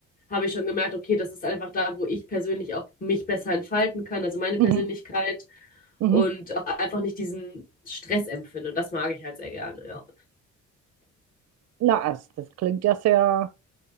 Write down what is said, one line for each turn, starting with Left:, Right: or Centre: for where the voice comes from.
Left: habe ich schon gemerkt, okay, das ist einfach da, wo ich persönlich auch mich besser entfalten kann, also meine
Right: mhm,
Left: Persönlichkeit
Right: mhm.
Left: und auch einfach nicht diesen Stress empfinde. Und das mag ich halt sehr gerne, ja
Right: Na, also das klingt ja sehr,